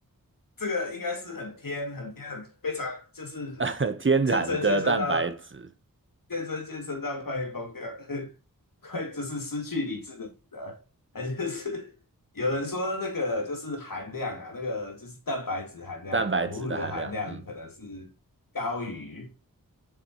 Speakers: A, on the left; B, on the right.
A: 这个应该是很偏、很偏、很非常，就是
B: <laughs> 天然的蛋白质，
A: 健身健身到健身健身到快疯掉，<laughs> 快就是失去理智的人啊，他就是有人说那个就是含量啊，那个就是蛋白质含量啊、
B: 蛋白质的含量，
A: 母乳的含量可能是高于。
B: 嗯，